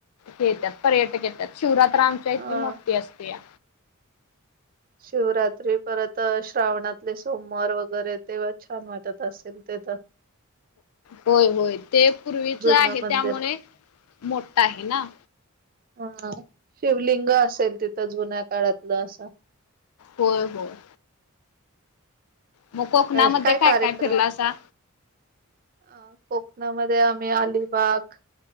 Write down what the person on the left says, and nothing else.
येतात पर्यटक येतात शिवरात्र आमच्या इथली
मोठी असते या
होय होय ते पूर्वीच
आहे
त्यामुळे मोठा आहे ना
होय होय मग कोकणामध्ये
फिरलासा?